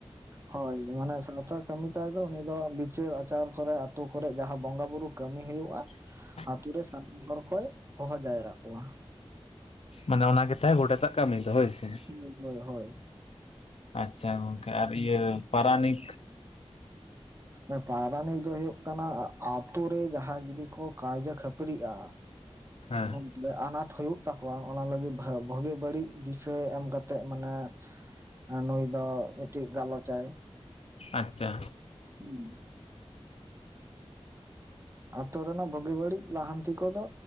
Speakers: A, on the right (about 25°); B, on the left (about 75°).
A: ᱦᱳᱭ ᱢᱟᱱᱮ ᱥᱟᱶᱛᱟ ᱠᱟᱹᱢᱤ ᱛᱟᱭ ᱫᱚ ᱩᱱᱤ ᱫᱚ ᱵᱤᱪᱟᱹᱨ ᱟᱪᱟᱨ ᱠᱚᱨᱮ ᱟᱛᱳ ᱠᱚᱨᱮᱜ ᱡᱟᱦᱟᱸ ᱵᱚᱸᱜᱟ ᱵᱩᱨᱩ ᱠᱟᱹᱢᱤ ᱦᱩᱭᱩᱜ-ᱟ᱾
B: <inaudible>
A: ᱟᱛᱳ ᱨᱮ ᱥᱟᱱᱟᱢ ᱦᱚᱲ ᱠᱚᱭ ᱦᱚᱦᱚ ᱡᱟᱣᱨᱟᱜ ᱠᱚᱣᱟ᱾
B: ᱢᱟᱱᱮ ᱚᱱᱟ ᱜᱮᱛᱟᱭ ᱜᱚᱰᱮᱛᱟᱜ ᱠᱟᱢᱤ ᱫᱚ ᱦᱳᱭ ᱥᱮ᱾
A: ᱦᱳᱭ ᱦᱳᱭ ᱦᱳᱭ᱾
B: ᱟᱪᱪᱷᱟ ᱜᱚᱝᱠᱮ ᱟᱨ ᱤᱭᱟᱹ ᱯᱟᱨᱟᱱᱤᱠ᱾
A: ᱮ ᱯᱟᱨᱟᱱᱤᱠ ᱫᱚᱭ ᱦᱩᱭᱩᱜ ᱠᱟᱱᱟ ᱟ ᱟᱛᱳ ᱨᱮ ᱡᱟᱦᱟᱸᱭ ᱡᱩᱫᱤ ᱠᱚ ᱠᱟᱭᱡᱟ ᱠᱷᱟᱹᱯᱟᱹᱨᱤᱜ-ᱟ
B: ᱦᱮᱸ
A: ᱩᱱ ᱞᱮ ᱟᱱᱟᱴ ᱦᱩᱭᱩᱜ ᱛᱟᱠᱚᱣᱟ ᱚᱱᱟ ᱞᱟᱹᱜᱤᱫ ᱵᱷᱟᱹ ᱵᱷᱟᱹᱜᱤ ᱵᱟᱹᱲᱤᱡ ᱫᱤᱥᱟᱹ ᱮᱢ ᱠᱟᱛᱮᱜ ᱢᱟᱱᱮ ᱮᱸ ᱱᱩᱭ ᱫᱚ ᱢᱤᱫᱴᱤᱡ ᱜᱟᱞᱚᱪᱟᱭ᱾
B: ᱟᱪᱪᱷᱟ᱾
A: ᱦᱩᱸ᱾ ᱟᱛᱳ ᱨᱮᱱᱟᱜ ᱵᱷᱩᱜᱤ ᱵᱟᱹᱲᱤᱡ ᱞᱟᱦᱟᱱᱛᱤ ᱠᱚᱫᱚ